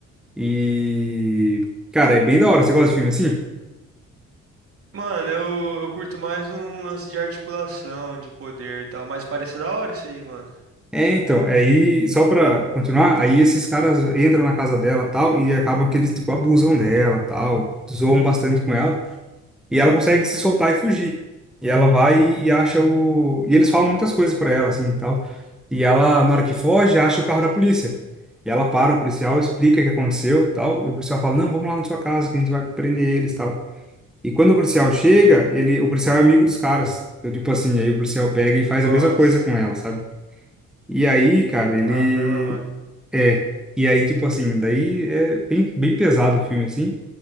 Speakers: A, in the centre; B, on the right (about 50°).
A: E, cara, é bem da hora. Você gosta de filme assim?
B: Mano, eu, eu curto mais um lance de articulação, de poder e tal, mas parece da hora isso aí, mano.
A: É, então, é aí, só pra continuar, aí esses caras entram na casa dela tal, e acabam que eles, tipo, abusam dela tal, zoam bastante com ela, e ela consegue se soltar e fugir. E ela vai e acha o. E eles falam muitas coisas pra ela, assim tal. E ela, na hora que foge, acha o carro da polícia. E ela para o policial, explica o que aconteceu tal, e o policial fala: Não, vamos lá na sua casa que a gente vai prender eles tal. E quando o policial chega, ele, o policial é amigo dos caras. Então, tipo assim, aí o policial pega e faz
B: Nossa.
A: a mesma coisa com ela, sabe? E aí, cara, ele
B: Caramba, mano.
A: é. E aí, tipo assim, daí é bem, bem pesado o filme, assim.